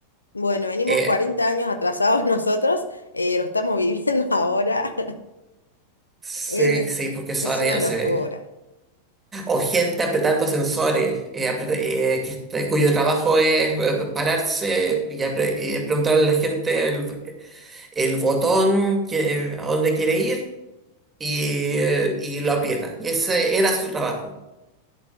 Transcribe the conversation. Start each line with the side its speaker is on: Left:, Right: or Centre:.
Left: Bueno, venimos
Right: Eh,
Left: 40 años atrasados <laughs> nosotros, eh, lo estamos viviendo <laughs> ahora.
Right: sí,
Left: Es,
Right: sí, porque eso
Left: es
Right: ahora
Left: una
Right: ya no
Left: locura.
Right: se ve. O gente apretando sensores, eh, apreta- eh, que este- cuyo trabajo es eh, pararse y apre- eh, preguntarle a la gente el, el botón que, a dónde quiere ir y, eh, y lo aprieta. Y ese era su trabajo.